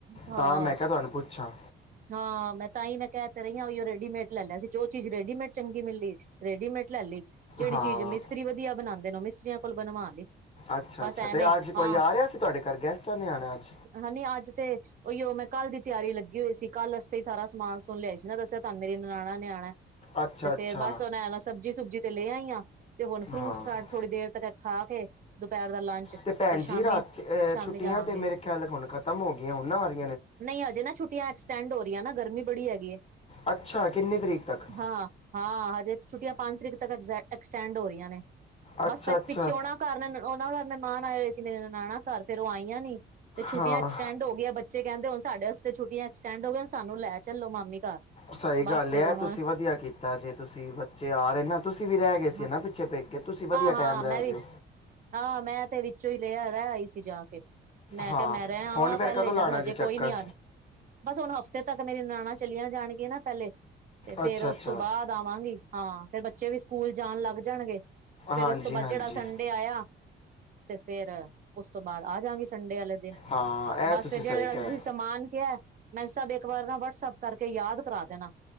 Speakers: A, on the right; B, on the left.
A: ਹਾਂ
B: ਤਾਂ ਮੈਂ ਕਿਹਾ ਤੁਹਾਨੂੰ ਪੁੱਛਾਂ
A: ਹਾਂ ਮੈਂ ਤਾਂ ਹੀ ਮੈਂ ਕਹਿ ਤੇ ਰਹੀ ਹਾਂ ਉਹ ਰੈਡੀਮੇਡ ਲੈ ਲਿਆ ਸੀ ਜੋ ਚੀਜ਼ ਰੈਡੀਮੇਡ ਚੰਗੀ ਮਿਲੀ ਰੈਡੀਮੇਡ ਲੈ ਲਈ, ਜਿਹੜੀ
B: ਹਾਂ
A: ਚੀਜ਼ ਮਿਸਤਰੀ ਵਧੀਆ ਬਣਾਉਂਦੇ ਨੇ ਮਿਸਤਰੀਆਂ ਕੋਲ ਬਣਵਾ ਲਈ।
B: ਅੱਛਾ
A: ਬਸ
B: ਅੱਛਾ
A: ਐਵੇਂ
B: ਤੇ ਅੱਜ
A: ਹਾਂ
B: ਕੋਈ ਆ ਰਿਹਾ ਸੀ ਤੁਹਾਡੇ ਘਰ ਗੈਸਟਾਂ ਨੇ ਆਣਾ ਅੱਜ?
A: ਨਈ-ਨਈ ਅੱਜ ਤੇ ਉਹੀ ਓ ਮੈਂ ਕੱਲ ਦੀ ਤਿਆਰੀ ਲੱਗੀ ਹੋਈ ਸੀ ਕੱਲ ਰਸਤੇ ਹ ਸਾਰਾ ਸਮਾਨ ਸੁਣ ਲਿਆ ਸੀ ਨਾ ਦੱਸਿਆ ਤੁਹਾਨ ਮੇਰੀ ਨਿਆਣਾ ਨੇ ਆਣਾ ਐ।
B: ਅੱਛਾ
A: ਤੇ ਫੇਰ
B: ਅੱਛਾ
A: ਬਸ ਉਹ ਮੈ ਸਬਜ਼ੀ ਸੁਬਜੀ ਤੇ ਲੈ ਆਈ ਆ, ਤੇ ਹੁਣ ਫਰੂਟ-ਫਰਾਟ
B: ਹਾਂ
A: ਥੋੜੀ ਦੇਰ ਤੱਕ ਐ ਖਾ ਕੇ ਦੁਪਹਿਰ ਦਾ ਲੰਚ ਫਿਰ
B: ਤੇ ਭੈਣ
A: ਸ਼ਾਮੀ
B: ਜੀ ਰਾਤ, ਅਅ
A: ਸ਼ਾਮੀ
B: ਛੁੱਟੀਆਂ
A: ਜਾਵਾਂਗੇ
B: ਤੇ ਮੇਰੇ ਖਿਆਲ ਹੁਣ ਖਤਮ ਹੋ ਗਈਆਂ ਹੁਣ ਨਾ ਹੋਣੀ?
A: ਨਈ ਹਜੇ ਨਾ ਛੁੱਟੀਆਂ ਐਕਸਟੈਂਡ ਹੋ ਰਹੀਆਂ ਨਾ ਗਰਮੀ ਬੜੀ ਹੈਗੀ ਏ।
B: ਅੱਛਾ ਕਿੰਨੀ ਤਰੀਕ ਤੱਕ
A: ਹਾਂ ਹਾਂ ਹਜੇ ਛੁੱਟੀਆਂ ਪੰਜ ਤਰੀਕ ਤੱਕ ਐਗਜ-ਐਕਸਟੈਂਡ ਹੋ ਰਹੀਆਂ ਨੇ,
B: ਅੱਛਾ
A: ਬਸ ਪ
B: ਅੱਛਾ
A: ਪਿੱਛੇ ਆਉਣਾ ਘਰ ਉਨਾਂ-ਉਹਨਾ ਦੇ ਮਹਿਮਾਂਣ ਆਏ ਹੋਏ ਸੀ ਮੇਰੇ ਨਨਾਣ ਘਰ ਫੇਰ ਉਹ ਆਈਆਂ ਨੀ। ਤੇ ਛੁੱਟੀਆਂ
B: ਹਾਂ
A: ਚ ਅਸਟੈਡ ਹੋ ਗਿਆ ਬੱਚੇ ਕਹਿੰਦੇ ਸਾਡੇ ਵਾਸਤੇ ਛੱਟੀਆਂ ਐਕਸਟੈਂਡ ਹੋਈਆਂ ਸਾਨੂੰ ਲੈ ਚੱਲੋ ਮਾਮੀ ਘਰ
B: ਸਹੀ
A: ਬਸ
B: ਗੱਲ
A: ਫੇਰ
B: ਐ
A: ਉਹਨਾਂ
B: ਤੁਸੀਂ ਵਧੀਆ ਕੀਤਾ ਜੇ ਤੁਸੀਂ ਬੱਚੇ ਆ ਰਹੇ ਨਾ ਤੁਸੀਂ ਵੀ ਰਹਿ ਗਏ ਸੀ
A: ਹਾਂ
B: ਨਾ ਪਿੱਛੇ ਪੇ। ਕਿ ਤੁਸੀਂ ਵਧੀਆ
A: ਹਾਂ
B: ਟੈਮ ਰਹਿ
A: ਮੈਂ
B: ਗੇ
A: ਵੀ
B: ਓ।
A: ਹਾਂ ਮੈਂ ਤੇ ਵਿੱਚੋਂ ਹੀ ਲਿਆ ਰਹਿ ਆਈ ਸੀ ਜਾ ਕੇ। ਮੈਂ
B: ਹਾਂ
A: ਕਿਹਾ ਮੈਂ ਰਹਿ ਆਵਾਂ
B: ਹੁਣ ਫਿਰ
A: ਪਹਿਲੇ
B: ਕਦੋਂ
A: ਜਦੋਂ
B: ਲਾਣਾ
A: ਹਜੇ
B: ਜੇ ਚੱਕਰ
A: ਕੋਈ ਨੀ ਅਦ ਬਸ ਹੁਣ ਹਫ਼ਤੇ ਤੱਕ ਮੇਰੀ ਨਨਾਣਾ ਚਲੀਆਂ ਜਾਣਗੀਆਂ ਨਾ ਪਹਿਲੇ ਤੇ ਫੇਰ
B: ਅੱਛਾ
A: ਉਸ
B: ਅੱਛਾ
A: ਤੋਂ ਬਾਅਦ ਲਾਵਾਗੀ ਹਾਂ ਫੇਰ ਬੱਚੇ ਵੀ ਸਕੂਲ ਜਾਣ ਲੱਗ ਜਾਣਗੇ, ਫੇਰ
B: ਹਾਂਜੀ
A: ਉਸ ਤੋਂ ਬਾਅਦ
B: ਹਾਂਜੀ
A: ਜਿਹੜਾ ਸੰਡੇ ਡੇ ਆਇਆ, ਤੇ ਫੇਰ ਉਸ ਤੋਂ ਬਾਅਦ ਆ ਜਾਗੀ ਸੰਡੇ ਵਾਲੇ ਦਿਨ
B: ਹਾਂ
A: ਬਸ
B: ਇਹ ਤੁਸੀਂ
A: ਫਿਰ ਜਿਹੜਾ-ਜਿਹੜਾ
B: ਸਹੀ ਕਹਿ
A: ਤੁਸੀਂ ਸਮਾਨ ਕੇਆ ਮੈਂ ਸਭ ਇੱਕ ਵਾਰ ਨਾ ਵਟਸਐਪ ਕਰਕੇ ਯਾਦ ਕਰਾ ਦੇਣਾ।